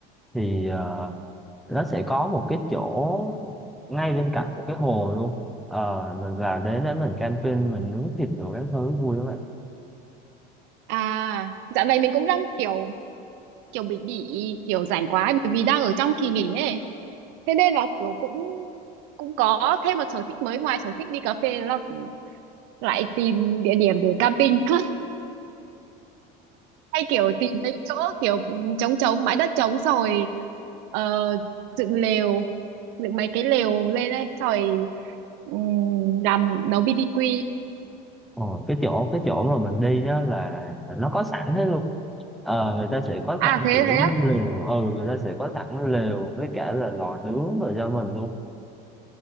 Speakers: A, in the centre; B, on the right (about 70°).
A: thì ờ, nó sẽ có một cái chỗ ngay bên cạnh một cái hồ luôn Ờ, mình vào đến đấy mình camping mình nướng thịt rồi các thứ vui lắm vậy
B: À, dạo này mình cũng đang kiểu kiểu bị bị kiểu rảnh quá ấy, bởi vì đang ở trong kỳ nghỉ ấy. Thế nên là kiểu cũng cũng có thêm một sở thích mới ngoài sở thích đi cà phê là lại tìm địa điểm để camping. <laughs> hay kiểu tìm mấy chỗ kiểu ừ, trống trống bãi đất trống xong rồi ờ, dựng lều dựng mấy cái lều lên đây xong rồi ừm, làm nấu BBQ
A: Ồ, cái chỗ cái chỗ mà mình đi đó là nó có sẵn hết luôn ờ, người ta sẽ có
B: à
A: sẵn
B: thế
A: kiểu
B: thế á
A: lều ừ người ta sẽ có sẵn lều với cả là lò nướng rồi cho mình luôn